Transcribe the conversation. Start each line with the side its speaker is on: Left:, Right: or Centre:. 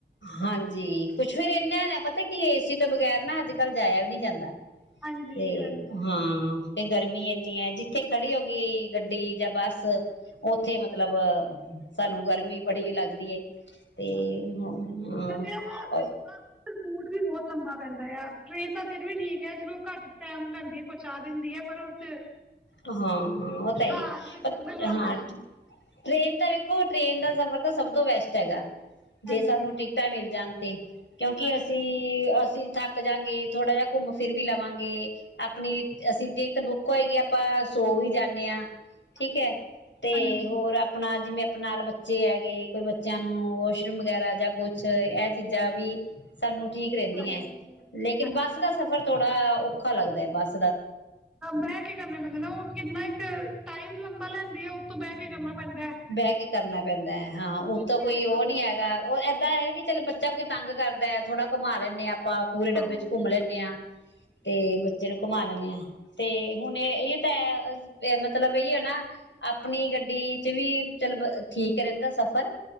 Left: ਹਾਂਜੀ ਕੁੱਛ ਫੇਰ ਇਨਾ ਪਤਾ ਕੀ ਏਸੀ ਤੋਂ ਬਗੈਰ ਨਾ ਅੱਜ ਕੱਲ੍ਹ ਜਾਇਆ ਵੀ ਨਹੀਂ ਜਾਂਦਾ।
Centre: ਹਾਂਜੀ
Left: ਤੇ
Centre: ਹਾਂਜੀ
Left: ਹਾਂ ਤੇ ਗਰਮੀ ਇੰਨੀ ਹੈ ਜਿੱ ਜਿੱਥੇ ਖੜੀ ਹੋ ਗਈ ਗੱਡੀ ਜਾਂ ਬੱਸ ਉੱਥੇ ਮਤਲਬ ਸਾਨੂੰ ਗਰਮੀ ਬੜੀ ਲੱਗਦੀ ਏ। ਤੇ
Centre: ਬਸ
Left: ਹਮ ਹਾਂ।
Centre: ਗਰਮੀਆਂ ਦਾ ਬਸ ਰੂਟ ਵੀ ਬਹੁਤ ਲੰਬਾ ਪੈਂਦਾ ਆ ਟ੍ਰੇਨ ਦਾ ਫਿਰ ਵੀ ਠੀਕ ਹੈ ਚਲੋ ਘੱਟ ਟਾਈਮ ਲੈਂਦੀ ਪਹੁੰਚਾ ਦਿੰਦੀ ਹੈ ਪਰ ਉਹ ਚ
Left: ਹਾਂ ਹਾਂ ਉਹ ਤਾਂ ਹੀ
Centre: ਹਾਂ ਜਨਰਲ ਵਾਲਾ
Left: ਹਾਂ ਟ੍ਰੇਨ ਦਾ ਵੇਖੋ ਟ੍ਰਰੇਨ ਦਾ ਸਫ਼ਰ ਤਾਂ ਸਭ ਤੋਂ ਬੈਸਟ ਹੈਗਾ। ਜੇ
Centre: ਹਾਂਜੀ
Left: ਸਾਨੂੰ ਟਿਕਟਾਂ ਮਿਲ ਜਾਨ। ਤੇ ਕਿਉਂਕਿ
Centre: ਹਾਂਜੀ
Left: ਅਸੀਂ ਅਸੀਂ ਥੱਕ ਜਾਗੇ ਥੋੜ੍ਹਾ ਜਹਾ ਘੁੰਮ ਫਿਰ ਵੀ ਲਵਾਂਗੇ। ਆਪਣੀ
Centre: ਹਾਂਜੀ
Left: ਅਸੀਂ ਟਿਕਟ ਬੁੱ <inaudible> ਆਪਾਂ ਸੌ ਵੀ ਜਾਨੇ ਆ। ਠੀਕ
Centre: ਹਾਂਜੀ,
Left: ਹੈ ਤੇ
Centre: ਹਾਂਜੀ,
Left: ਹੋਰ ਆਪਣਾ ਜਿਵੇਂ ਪ ਨਾਲ ਬੱਚੇ ਹੈਗੇ ਕੋਈ ਬੱਚਿਆਂ ਨੂੰ ਵਾਸ਼ਰੂਮ ਵਗੈਰਾ ਜਾਂ ਕੁਛ ਇਹ ਚੀਜ਼ਾਂ ਵੀ ਸਾਨੂੰ ਠੀਕ ਰਹਿੰਦੀਆਂ
Centre: ਹਾਂਜੀ,
Left: ਲੇਕਿਨ
Centre: ਹਾਂਜੀ
Left: ਬੱਸ ਦਾ ਸਫ਼ਰ ਥੋੜਾ ਔਖਾ ਲੱਗਦਾ ਏ ਬਸ
Centre: ਬਹਿ ਕੇ ਕਰਨਾ ਪੰਦੇ ਨਾ ਉਹ ਕਿੰਨਾ ਇੱਕ ਟਾਈਮ ਲੰਬਾ ਲੈਂਦੀ ਆ ਉਤੋਂ ਬਹਿ ਕੇ ਕਰਨਾ- ਪੈਂਦਾ ਹੈ।
Left: ਬਹਿ ਕੇ ਕਰਨਾ ਪੈਂਦਾ ਹੈ ਹਾਂ ਉੱਤੋਂ
Centre: ਉੱਥੇ
Left: ਕੋਈ
Centre: ਆਪਾਂ
Left: ਉਹ ਨੀ ਹੈਗਾ ਉਹ ਏਹ ਇੱਦਾਂ ਹੈ ਵੀ ਚੱਲ ਬੱਚਾ ਕੋਈ ਤੰਗ ਕਰਦਾ ਥੋੜਾ ਘੁੰਮਾ ਲੈਨੇ ਆ ਆਪਾਂ ਪੂਰੇ ਡੱਬੇ
Centre: ਹਾਂਜੀ,
Left: ਚ ਘੁੰਮ ਲੈਂਦੇ ਹਾਂ ਤੇ ਬੱਚੇ ਨੂੰ ਘੁੰਮਾ ਲੈਨੇ ਹਾਂ ਤੇ ਹੁਣ ਇਹ ਤਾਂ ਮਤਲਬ ਇਹੀ ਹੈ ਨਾ ਆਪਣੀ ਗੱਡੀ ਚ ਵੀ ਚੱਲ ਠੀਕ ਰਹਿੰਦਾ ਸਫ਼ਰ